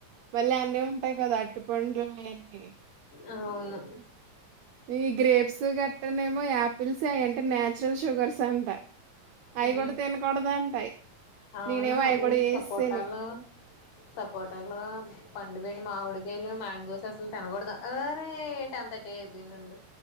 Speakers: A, on the right (about 80°); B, on the left (about 70°).
A: మళ్ళీ అన్నీ ఉంటాయి కదా అర్టి పండ్లు అవన్నీ
B: అవును
A: ఇయి గ్రేప్స్ గట్రనేమో యాపిల్స్ అయి అంటే న్యాచురల్ షుగర్స్ అంట అవి
B: ఊ
A: కూడా తినకూడదంట
B: అవును
A: నేనేమో అవి
B: ఈ
A: కూడా వేసేసాను
B: సపోటాలు సపోటాలు పండు పోయిన మావిడికాయలు మాంగోస్ అసలు తినకూడుదు ఆరే టెన్ త టీ అయిపోయిందుండు